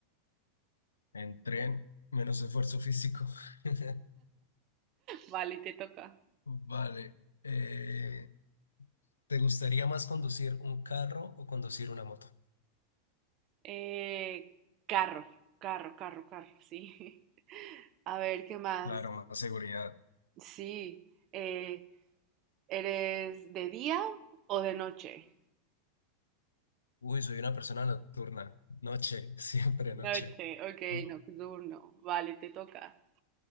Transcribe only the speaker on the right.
Vale, te toca.
Eh, carro, carro, carro, carro, sí. <laughs> A ver, ¿qué más?
Sí. eh, ¿eres de día o de noche?
Noche, ok,
nocturno. Vale, te toca.